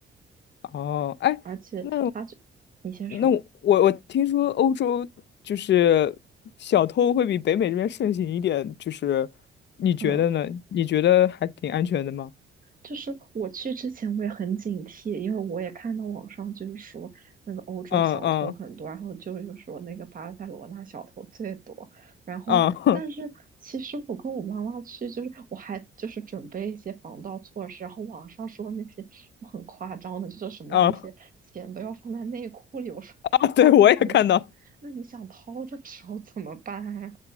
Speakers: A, on the left; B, on the right.
A: 哦，哎，
B: 而且它就，
A: 那
B: 你先说，
A: 那我我听说欧洲就是小偷会比北美这边盛行一点，就是你觉得呢？
B: 嗯。
A: 你觉得还挺安全的吗？
B: 就是我去之前我也很警惕，因为我也看到网上就是说那个欧洲小偷很多，
A: 嗯嗯
B: 然后就是说那个巴塞罗那小偷最多。然后，
A: 嗯 <laughs>
B: 但是其实我跟我妈妈去，就是我还就是准备一些防盗措施，然后网上说那些都很夸张的，就是什么那些钱都要放在内裤里。
A: 嗯
B: 我说，
A: 啊！对，
B: 那你怎么，
A: 我也看到，
B: 那你想掏的时候怎么办呀？